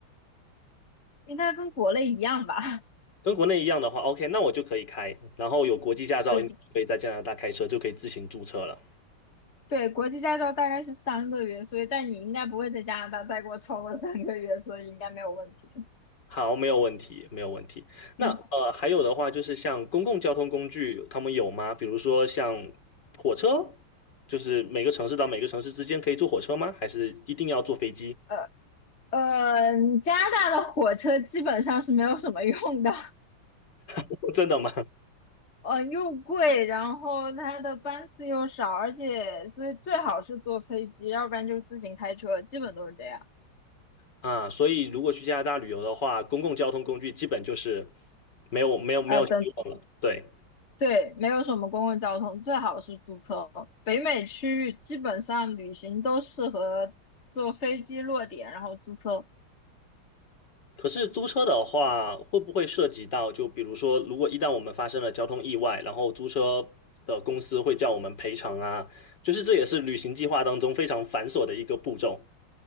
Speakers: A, on the left; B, on the left.
A: 应该跟国内一样吧？
B: 跟国内一样的话，OK，那我就可以开，然后有国际驾照，
A: <laughs> 对对
B: 应该可以在加拿大开车，就可以自行注册了。
A: 对，国际驾照大概是三个月，所以但你应该不会在加拿大待过超过三个月，所以应该没有问题。
B: 好，没有问题，没有问题。那呃，
A: 嗯。
B: 还有的话就是像公共交通工具，他们有吗？比如说像火车，就是每个城市到每个城市之间可以坐火车吗？还是一定要坐飞机？
A: 呃，呃，加拿大的火车基本上是没有什么用的，
B: <laughs> 真的吗？
A: 呃，又贵，然后它的班次又少，而且所以最好是坐飞机，要不然就是自行开车，基本都是这样。
B: 啊，所以如果去加拿大旅游的话，公共交通工具基本就是没有没有没有希望了。
A: 呃，等，
B: 对。
A: 对，没有什么公共交通，最好是租车。北美区域基本上旅行都适合坐飞机落点，然后租车。
B: 可是租车的话，会不会涉及到，就比如说，如果一旦我们发生了交通意外，然后租车的公司会叫我们赔偿啊？就是这也是旅行计划当中非常繁琐的一个步骤。